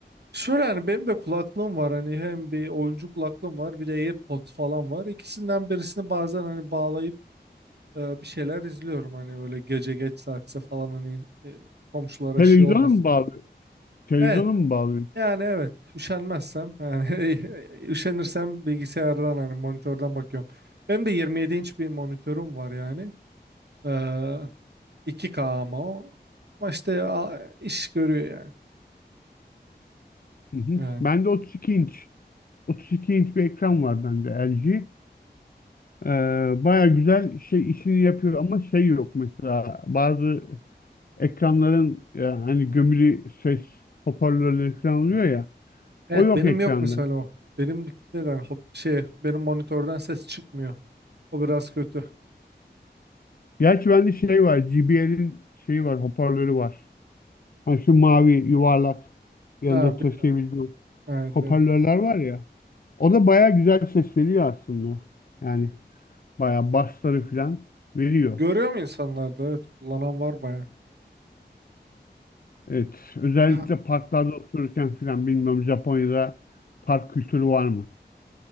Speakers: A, on the right; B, on the left.
A: şöyle hani benim de kulaklığım var. Hani hem bir oyuncu kulaklığım var bir de AirPods falan var. İkisinden birisini bazen hani bağlayıp eee, bir şeyler izliyorum. Hani böyle gece geç saatse falan hani eee, komşulara
B: Televizyona
A: şey olmasın
B: mı bağlıyor?
A: diye.
B: Televizyona
A: Evet.
B: mı bağlıyor?
A: Yani evet üşenmezsem yani <laughs> üşenirsem bilgisayardan hani monitörden bakıyorum. Benim de 27 inç bir monitörüm var yani. Ee, 2K ama o. Ama işte a- iş görüyor yani.
B: Hı hı.
A: Yani.
B: Bende 32 inç. 32 inç bir ekran var bende LG. Ee, baya güzel şey işini yapıyor ama şey yok mesela bazı ekranların e, hani gömülü ses hoparlörleri falan oluyor ya
A: Evet
B: o yok
A: benim
B: ekranda.
A: yok mesela o. Benim neden hop, şey benim monitörden ses çıkmıyor. O biraz kötü.
B: Gerçi bende şey var JBL'in şeyi var hoparlörü var. Hani şu mavi yuvarlak yanında
A: Ha
B: taşıyabildiği
A: biliyorum. biliyorum. Evet,
B: hoparlörler
A: evet.
B: var ya. O da baya güzel ses veriyor aslında. Yani baya bassları falan veriyor.
A: Görüyor mu insanlar da? Evet kullanan var baya.
B: Evet özellikle
A: Ha,
B: parklarda otururken falan bilmiyorum Japonya'da park kültürü var mı?